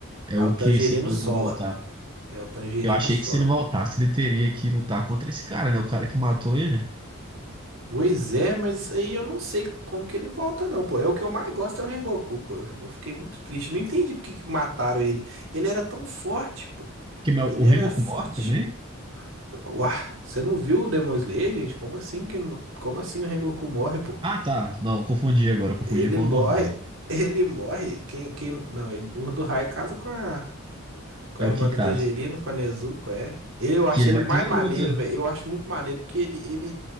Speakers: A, on the right; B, on the right.
A: É
B: Aí
A: o
B: o Tangerino
A: que você falou
B: sola.
A: que vai voltar.
B: É o Tangerino
A: Eu achei
B: sola.
A: que se ele voltasse, ele teria que lutar contra esse cara, né? O cara que matou ele.
B: Pois é, mas aí eu não sei como que ele volta, não, pô. É o que eu mais gosto é o Rengoku, pô. Eu, eu fiquei muito triste. Não entendi por que que mataram ele. Ele era tão forte, pô.
A: Que, mas
B: Ele
A: o
B: era
A: Rengoku
B: forte.
A: morre também?
B: Uau, você não viu o Demon Slayer, gente? Como assim que não- como assim o Rengoku morre, pô?
A: Ah, tá. Não, eu confundi agora. eu Confundi
B: Ele
A: com
B: morre.
A: o do Raio.
B: <laughs> Ele morre. Quem quem não, ele, o do Rai casa com a com
A: É
B: a irmã
A: o Kikaze.
B: do Tangerino, com a Nezuko, é. Eu acho
A: Que ele
B: ele
A: vai
B: o mais
A: ter uma
B: maneiro,
A: luta.
B: velho. Eu acho muito maneiro porque ele ele,